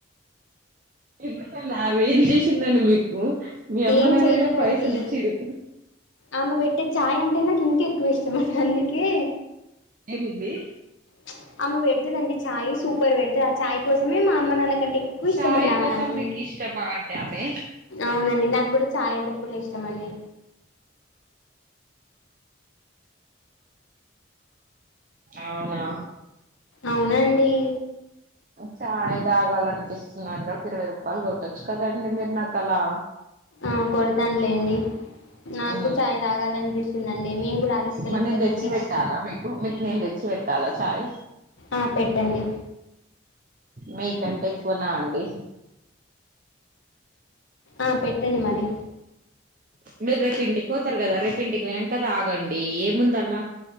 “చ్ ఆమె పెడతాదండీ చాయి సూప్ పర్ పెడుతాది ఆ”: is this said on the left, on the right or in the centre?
Left